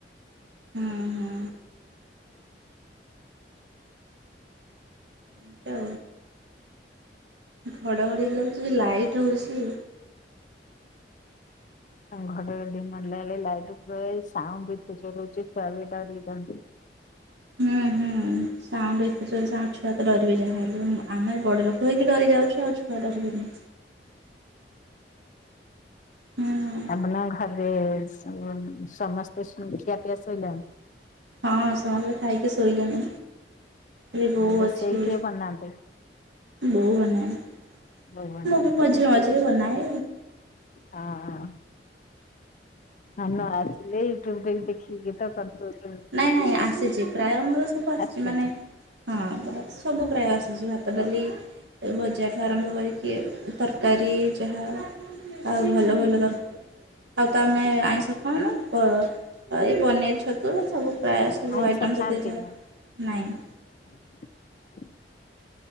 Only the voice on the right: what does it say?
ହୁଁ ହୁଁ। ଉ ଘଡ଼ଘଡ଼ି ହେଲାରୁ ଯୋଉ ଲାଇଟ୍ ହଉଛି।
ହୁଁ ହୁଁ। ସାଉଣ୍ଡ ଏତେ ଜୋରେ ସାଉଣ୍ଡ ଛୁଆ ତ ଡିରିବେ ଯାହା ହେଲେବି ନା ଆମେ ବଡ ଲୋକ ହେଇକି ଡରି ଯାଉଛୁ ଆଉ ଛୁଆ ଛୁଆ ଡରିବେନି। ହୁଁ
ହଁ ସମସ୍ତେ ଖାଇକି ଶୋଇଲେଣି ଏଇ ବୋଉ
ଅଛି।
ବୋଉ ବନାଏ
ମୁଁ ବି ମଝିରେ ମଝିରେ ବନାଏ।
ନାଇଁ ନାଇଁ ଆସିଛି ପ୍ରାୟ ଆମର ସବୁ ଆସିଛି
ମାନେ ହଁ ସବୁ ପ୍ରାୟ ଆସିଛି ବା କଦଳୀ ଭଜା ଠୁ ଆରମ୍ଭ କରିକି ତରକାରୀ ଯାହା ଆଉ ଭଲ ଭଲ ଦର ଆଉ ତମେ ଆଇଁଷ ଖାଉନ, ପ ଏଇ ପନିଆରୀ ଛ ତୁ ସବୁ ପ୍ରାୟ ସବୁ
ଆଇଟମ୍ସ
<unintelligible> ଯାଏ ନାଇଁ।